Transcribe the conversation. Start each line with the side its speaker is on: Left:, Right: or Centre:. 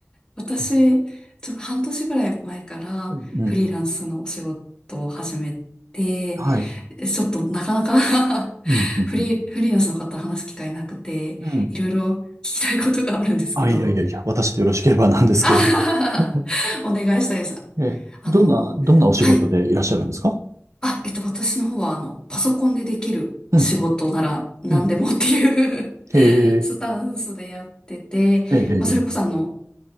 Left: 私、
Right: うん。
Left: ちょっと半年ぐらい前からフリーランスのお仕事を始めて、
Right: うんはい。
Left: ちょっとなかなか
Right: うん。
Left: <laughs>
Right: うん。
Left: フリー、
Right: うん
Left: フリーランスの方話す機会なくて、
Right: うん
Left: いろいろ聞きたいことがあるんですけど、
Right: あ、いやいやいや、私でよろしければなんですけど。
Left: <laughs> あはははお願いしたいです。
Right: <laughs> え、え、
Left: あの、
Right: どんな、どんなお仕事でいらっしゃるんですか
Left: はい。あ、えっと、私の方は、あの、パソコンでできる仕事なら何でもっていう
Right: うん。うん。ええ、
Left: スタンスでやってて、
Right: ええ、ええ、
Left: まあ、それこそあの、